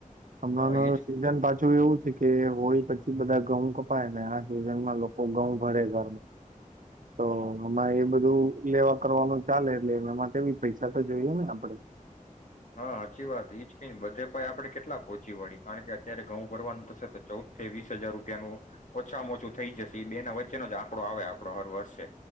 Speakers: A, on the right; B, on the left.
A: હમણાં
B: હા
A: ન
B: એજ
A: સિઝન પાછું એવું છે. કે હોય પછી, બધા ઘઉં કપાય ને આ સિઝનમાં લોકો ઘઉં ભરે ઘરમાં. તો આમાં એ બધું લેવા કરવાનું ચાલે એટલે એ એમાંવી પૈસા તો જોયું ને આપડે.
B: હા સાચી વાત ઈજ ક બધે પાય આપડે કેટ. એટલા પહોંચી વડી કારણ કે ત્યારે ગઉં ભવારનું થશે પણ ચૌદ થી વીસ હજાર રૂપિયાનું ઓછામાં ઓછું થઈ જશે ઈ બે ના વચ્ચેનો જ આંકડો આવે આપડો હર વર્ષે.